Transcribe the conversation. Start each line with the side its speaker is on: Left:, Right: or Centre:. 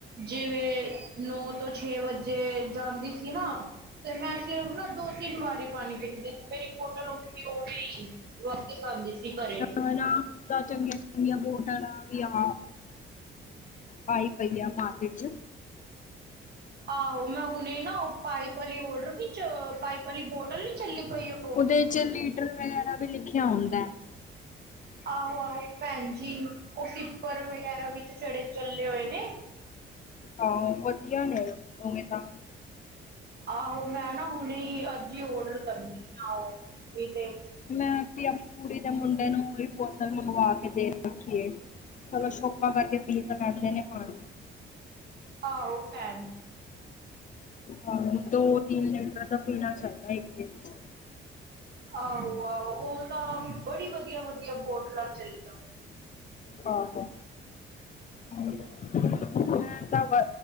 Right: ਜਿਵੇਂ ਨੌ ਤੋਂ ਛੇ ਵੱਜੇ ਜਾਂਦੀ ਸੀ ਨਾ, ਤੇ ਮੈਂ। ਤੇ ਉਹ ਨਾ ਦੋ ਤਿੰਨ ਵਾਰੀ ਪਾਣੀ ਪੀਦੇ, ਮੇਰੀ ਬੋਟਲ ਹੋ ਈ ਵਾਪਿਸ ਆਦੇ ਸੀ ਘਰੇ।
Left: ਹਨਾ ਹੁਣ ਤਾਂ ਚੰਗੀਆਂ ਚੰਗੀਆਂ ਬੋਟਰਾ ਵੀ ਆਹ ਆਈ ਪਈ ਆ ਮਾਰਕੀਟ 'ਚ।
Right: ਆਹੋ ਮੈਂ ਹੁਣੇ ਨਾ ਉਹ ਪਾਈਪ ਵਾਲੀ ਓਡਰ ਨੀ ਚ ਪਾਈਪ ਵਾਲੀ ਬੋਟਲ ਨੀ ਚੱਲੀ ਪਈ ਓ।
Left: ਉਹਦੇ ਚ ਲੀਟਰ ਵਗੈਰਾ ਵੀ ਲਿਖਿਆ ਹੁੰਦਾ ਐ।
Right: ਆਹੋ-ਆਹੋ ਭੈਣ ਜੀ ਉਹ ਸੀਪਰ ਵਗੈਰਾ ਵਿੱਚ ਛੜੇ ਚੱਲੇ ਹੋਏ ਨੇ।
Left: ਆਹੋ ਵਧੀਆ ਨੀ ਹੈਗਾ ਉਵੇਂ ਤਾਂ।
Right: ਆਹੋ ਮੈਂ ਨਾ ਹੁਣੇ ਅੱਜ ਈ ਓਡਰ ਕਰਨੀ ਆ, ਉਹ ਇਹ ਤੇ
Left: ਮੈਂ। ਮਾਸੀ ਦੇ ਮੁੰਡੇ ਓਈ ਬੋਤਲ ਮੰਗਵਾ ਕੇ ਦੇ ਰੱਖੀ ਏ। ਚਲੋ ਸ਼ੋਕਾ ਕਰਕੇ ਪੀ ਤਾਂ ਲੈਂਦੇ ਨੇ ਪਾਣੀ।
Right: ਆਹੋ ਭੈਣ
Left: ਹਾਂ ਦੋ ਤਿੰਨ ਲੀਟਰ ਤਾ ਪੀਣਾ ਚਾਹੀਦਾ ਇੱਕ ਦਿਨ 'ਚ।
Right: ਆਹੋ ਆਹੋ ਉਹ ਤਾਂ ਬੜੀ ਵਧੀਆ ਵਧੀਆ ਬੋਟਲਾ ਚੱਲੀਆਂ।
Left: ਆਹੋ। ਮੈਂ ਤਾਂ ਵ